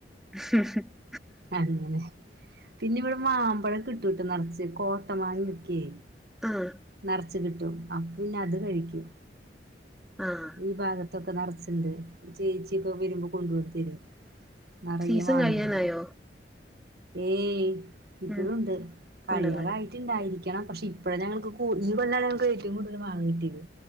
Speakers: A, in the centre; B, on the right.
A: <inaudible>
B: അങ്ങനെ. പിന്നെ ഇവിടെ മാമ്പഴം കിട്ടുട്ടോ നറ്ച്ച് കോട്ട മാങ്ങയ്ക്ക്യേ.
A: ആഹ്.
B: ന്നറ്ച്ച് കിട്ടും അപ്പിന്നെ അത് കഴിക്കും.
A: ആഹ്.
B: ഈ ഭാഗത്തൊക്കെ നറ്ച്ചിണ്ട് ചേച്ചിയൊക്കെ വരുമ്പോ കൊണ്ട് വന്ന് തെരു നെറയെ
A: സീസൺ
B: മാങ്ങയിണ്ട്.
A: കഴിയാനായോ
B: ഏയ് ഇപ്പഴൂണ്ട്
A: ഉം
B: കഴിയാറായി.
A: ഉണ്ടല്ലോ
B: ട്ട്ണ്ടായിരിക്കണം പക്ഷേ ഇപ്പഴ ഞങ്ങൾക്ക് കൂ ഈ കൊല്ലാണ് ഞങ്ങൾക്ക് ഏറ്റവും കൂടുതൽ മാങ്ങ കിട്ട്യേത്.